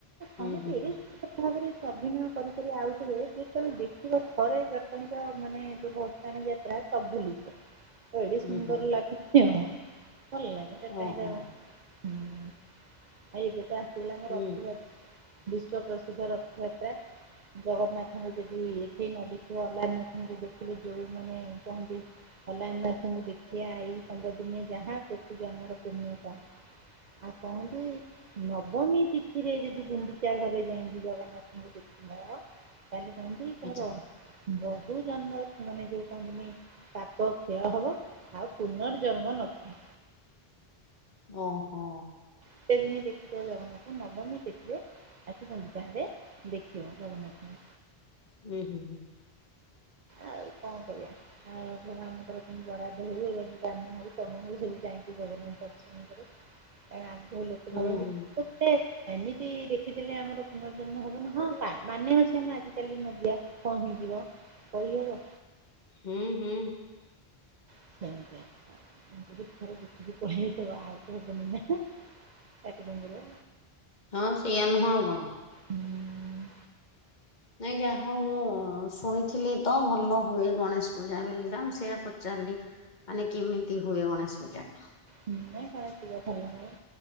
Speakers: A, on the left; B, on the right.
A: ହୁଁ
B: ସମେ
A: ହୁଁ ହୁଁ
B: ତ ଏବେ ସୁନ୍ଦର ଭାବରେ ସଭିନୟ କରିିକରି ଆଉଥିବେ ଯେ ତୁମେ ଦେଖିବ ଘରେ ଜଟଣ ତ ମାନେ ଯେଉଁ ବଷାଣି ଯାତ୍ରା ସବ ଭୁଲିଯିବ। ଏଡି
A: ହୁଁ
B: ସୁନ୍ଦର
A: ହୁଁ
B: ଲାଗଛି ଭଲ ଲାଗ ଚଟଣି
A: ଓହୋ
B: ଦେ ହୁଁ ଆଉ ଏବେ ତ ଆସିଲା
A: ହୁଁ
B: ରଥ ଯା ବିଶ୍ଵ ପ୍ରସିଦ୍ଧ ରଥଯାତ୍ରା। ଜଗନ୍ନାଥଙ୍କୁ ଯଦି ଏଠେଇ ନ ଦେଖିବ ଅହ୍ଲାଲିନାଥଙ୍କୁ ଦେଖିଲେ ଯୋଉ ମାନେ କହନ୍ତି। ହଲାନ ଦାସଙ୍କୁ ଦେଖିିବା ଏଇ ପନ୍ଦର ଦିନେ ଯାହା ପ୍ରତୁ ଜମର ପୁଣ୍ୟତା ଆଉ ପହଞ୍ଚ ନବମୀ ତିଥିରେ ଯଦି ଗୁଣ୍ଡିଚା ଘରେ ଯାଇନ୍ତି ଜଗନ୍ନାଥଙ୍କୁ ମ କାଲି କହନ୍ତି ତୋର
A: ଆଚ୍ଛା
B: ବହୁୂ ଜନ୍ମରେ ମାନେ ଯୋଉ କହନ୍ତିନି ପାକ କ୍ଷୟ ହବ ଆଉ ପୁନର୍ଜନ୍ମ ନବ।
A: ଓହୋ।
B: ସେତ ଦିନେ ଦେଖିଥ ଜଗନ୍ନାଥ ନବମୀ ତିଥିରେ ଆସିୁଛନ୍ତି ତାହାରେ ସ୍ବୟଂ ଜଗନ୍ନାଥ।
A: ହୁଁ ହୁଁ।
B: ଆଉ କଣ କରିବା। ଆଉ ଭଗାନଙ୍କର ବରାଦ ହଉ ଏବଂ କାମ ହଉ କମ ହଉ ସେଠି ଯାଇକି ଜଗନ୍ନାଥ ଦର୍ଶନ କରୁ। ଆ ଲ କି
A: ହୁଁ
B: ଭ <unintelligible>
A: ହୁଁ
B: ସେ ଏମିତି ଦେଖିଥିଲେ ଆମର ପୁନର୍ଜନ୍ମ ହବନି ହଁ ମାନେ ଅଛି ଆମେ ଆଜିିକାଲି ନଦଆ କଣ ହେଇଯିବ। କହି ହେବ।
A: ହୁଁ ହୁଁ।
B: <unintelligible> ଏତେଦିନି ପରେ।
A: ହଁ ସେଇୟା ନୁହଁ ଆଉ କଣ।
B: ହୁଁ
A: ନାଇଁ ଯାହା ହଉ ମୁଁ ଶୁଣିଥିଲି ତ ଭଲ ହୁଏ ଗଣେଶ ପୂଜା ବୋଲିିକା ମୁଁ ସେଆ ପଚାରିଲି। ମାନେ କେମିତି ହୁଏ ଗଣେଶ ପୂଜା ଟା?
B: <unintelligible>